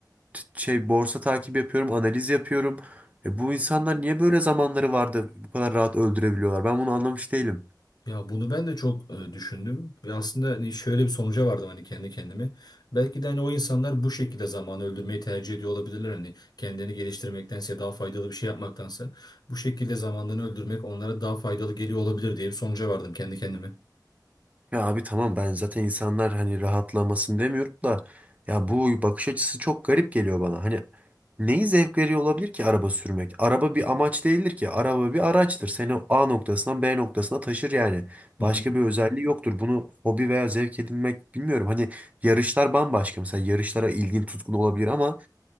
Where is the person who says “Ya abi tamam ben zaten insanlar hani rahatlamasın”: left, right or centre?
Right